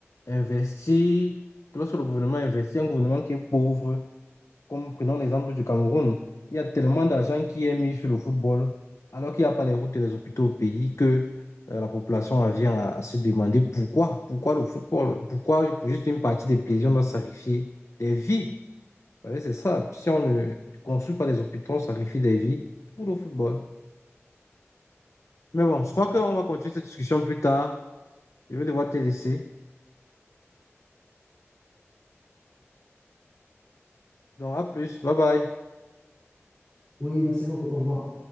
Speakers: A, on the left; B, on the left.
A: investir, lorsque le gouvernement investit, un gouvernement qui est pauvre, comme prenons l'exemple du Cameroun, il y a tellement d'argent qui est mis sur le football, alors qu'il n'y a pas les routes et les hôpitaux au pays, que euh, la population en vient à, se demander pourquoi, pourquoi le football, pourquoi pour juste une partie des plaisirs, on doit sacrifier des vies. Vous savez, c'est ça. Si on ne construit pas des hôpitaux, on sacrifie des vies pour le football. Mais bon, je crois qu'on va continuer cette discussion plus tard. Je vais devoir te laisser. Donc à plus, bye bye.
B: oui, merci beaucoup. Au revoir.